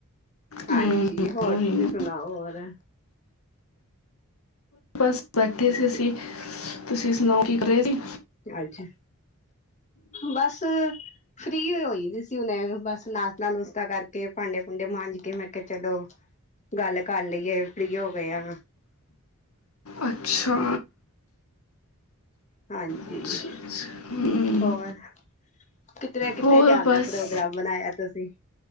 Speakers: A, on the left (about 35°); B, on the left (about 75°).
A: ਹਾਂਜੀ
B: ਹੂੰ,
A: ਹੋਰ
B: ਉਹੀ
A: ਤੁਸੀਂ
B: ਨਾ।
A: ਸੁਣਾਓ ਹੋਰ?
B: ਬਸ ਬੈਠੇ
A: ਹਾਂਜੀ
B: ਸੀ ਅਸੀਂ ਤੁਸੀਂ ਸੁਣਾਓ? ਕੀ ਕਰਹੇ ਸੀ?
A: ਅੱਛਾ ਬਸ ਫ੍ਰਰੀ ਹੋਈ ਸੀ ਉਹਨੇ ਬਸ ਨਾਸ਼ਤਾ ਨੁਸ਼ਤਾ ਕਰਕੇ ਭਾਂਡੇ ਭੂੰਡੇ ਮਾਂਜ ਕੇ ਮੈਂ ਕਿਹਾ ਚਲੋ ਗੱਲ ਕਰ ਲਈਏ ਫ੍ਰੀ ਹੋ ਗਏ ਆਂ।
B: ਅੱਛਾ
A: ਹਾਂਜੀ।
B: ਅੱਛਾ, ਅੱਛਾ ਹੂੰ,
A: ਹੋਰ ਕਿਤੇ ਨਾ ਕਿੱਥੇ
B: ਹੋਰ
A: ਜਾਣ
B: ਬਸ
A: ਦਾ ਪ੍ਰੋਗਰਾਮ ਬਣਾਇਆ ਤੁਸੀਂ?